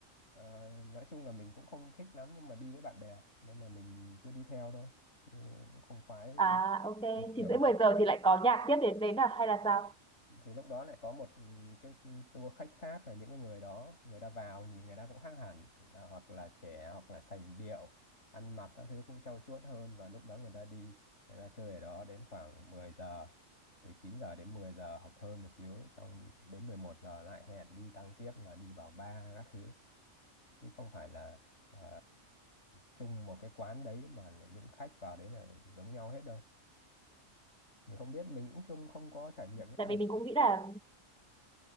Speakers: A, on the left (about 60°); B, in the centre.
A: Ờ, nói chung là mình cũng không thích lắm nhưng mà đi với bạn bè nên là mình cứ đi theo thôi chứ cũng không khoái
B: à ok
A: đi nhiều
B: chín rưỡi
A: lắm
B: mười giờ thì lại có nhạc tiếp đến đến à hay là sao
A: thì lúc đó lại có một ừ, cái tour khách khác là những cái người đó người ta vào nhìn người ta cũng khác hẳn là hoặc là trẻ hoặc là sành điệu ăn mặc các thứ cũng trau chuốt hơn và lúc đó người ta đi người ta chơi ở đó đến khoảng 10 giờ từ 9 giờ đến 10 giờ hoặc hơn một xíu xong đến 11 giờ lại hẹn đi tăng tiếp là đi vào bar các thứ chứ không phải là ờ, chung một cái quán đấy mà là những khách vào đấy là giống nhau hết đâu thì không biết mình cũng chung không có trải nghiệm những cái
B: tại
A: này
B: vì mình cũng nghĩ là